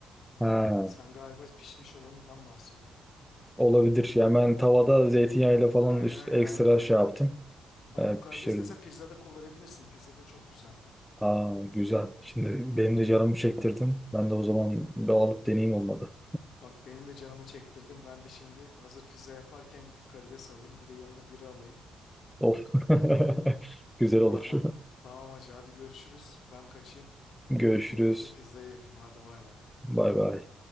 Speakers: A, in the centre; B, on the left.
A: ha.
B: Sen galiba pişmiş olanından bahsediyorsun.
A: Olabilir. Yani ben tavada
B: Aynen.
A: zeytinyağıyla falan
B: Aynen
A: üst,
B: aynen
A: ekstra
B: aynen aynen.
A: şey yaptım.
B: Bak
A: Ee,
B: o karides
A: pişirdim.
B: mesela pizzada kullanabilirsin. Pizzada çok güzel.
A: Aa güzel. Şimdi benim
B: Aynen.
A: de canımı çektirdin. Ben de o zaman bir alıp deneyeyim olmadı.
B: Bak benim de canımı çektirdim. Ben de şimdi hazır pizza yaparken gidip karides alayım. Bir de yanına biri alayım.
A: Of. <laughs> Güzel olur.
B: Tamam. Tamam hacı hadi görüşürüz. Ben kaçayım.
A: Görüşürüz.
B: Bir an önce pizzayı yapayım. Hadi bay bay.
A: Bay bay.